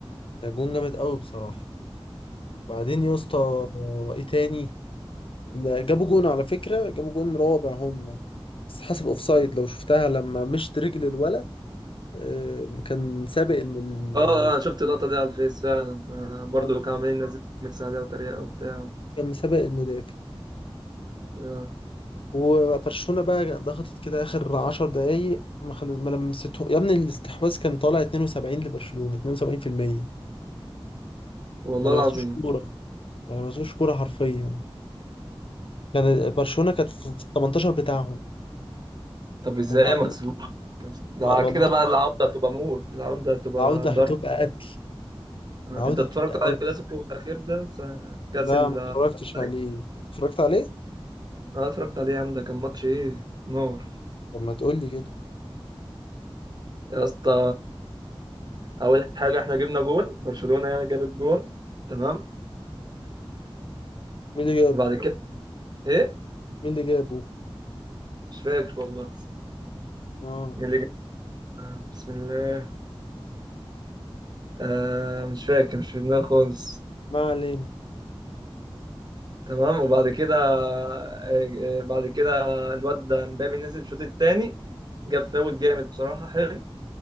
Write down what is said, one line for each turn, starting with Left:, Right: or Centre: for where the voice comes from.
Left: ده جون جامد قوي بصراحة بعدين يا اسطى ايه تاني لا، جابوا جون على فكرة جابوا جون رابع هم بس حسب اوفسايد لو شفتها لما مشت رجل الولد آه، كان سابق الم... ال-
Right: اه اه أنا شفت اللقطة دي على الفيس فعلا آه. برضه
Left: آه،
Right: كانوا عاملين ينزلوا ميكس عليها وتريقة وبتاع
Left: كان مسابق المدافع
Right: آه.
Left: وبرشلونة بقى ضغطت كده آخر عشر دقايق ما خل... ما لمسته يا ابني الاستحواذ كان طالع 72 لبرشلونة 72%
Right: والله
Left: ما لمسوش
Right: العظيم
Left: كورة ما لمسوش كورة حرفيا كان برشلونة كانت في في 18 بتاعهم
Right: طب ازاي
Left: وبعدين
Right: ما كسبوش ده
Left: والله
Right: كده بقى العودة هتبقى موت العودة هتبقى
Left: العودة
Right: ضرب
Left: هتبقى قتل
Right: آه.
Left: العودة
Right: انت اتفرجت
Left: هتبقى
Right: على
Left: قتل
Right: الكلاسيكو الأخير ده س- كأس
Left: لا
Right: ال-
Left: ما اتفرجتش
Right: الملك؟
Left: عليه اتفرجت عليه؟
Right: اه اتفرجت عليه يا عم ده كان ماتش ايه نار
Left: طب ما تقول لي كده
Right: يا اسطى اول حاجه احنا جبنا جون برشلونه يعني جاب الجون تمام
Left: مين اللي جاب؟
Right: وبعد كده ايه
Left: مين اللي جابه؟
Right: مش فاكر والله
Left: اه
Right: مين اللي جاب بسم الله آه مش فاكر مش في دماغي خالص
Left: ما علينا
Right: تمام وبعد كده آه آه، بعد كده الواد ده مبابي نزل الشوط التاني جاب فاول جامد بصراحه حلو